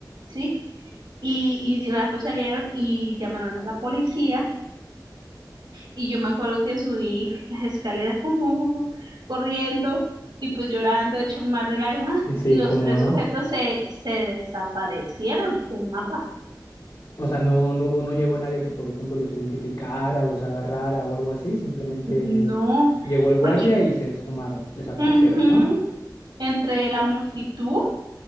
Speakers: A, on the right; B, on the left.
A: ¿sí? Y, y, y rápido salieron y llamaron a la policía Y yo me acuerdo que subí las escaleras como corriendo y pues llorando, hecho un mar de lágrimas.
B: Eh, Sí,
A: Y los
B: cómo
A: tres
B: no.
A: sujetos se, se desaparecieron del mapa.
B: O sea, no, no hubo, no llegó nadie que, por ejemplo, los identificara, los agarrara o algo así. Simplemente
A: No,
B: llegó el guardia
A: porque
B: y se esfumaron, desaparecieron,
A: ujú,
B: ¿no?
A: entre la multitud,